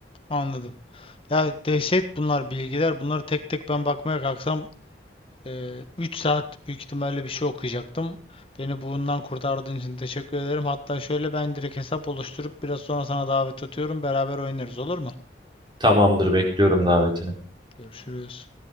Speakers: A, on the left; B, on the right.
A: Anladım. Ya dehşet bunlar bilgiler. Bunları tek tek ben bakmaya kalksam Ee, Üç saat büyük ihtimalle bir şey okuyacaktım. Beni bundan kurtardığın için teşekkür ederim. Hatta şöyle ben direkt hesap oluşturup biraz sonra sana davet atıyorum. Beraber oynarız olur mu?
B: Tamamdır bekliyorum davetini.
A: Görüşürüz.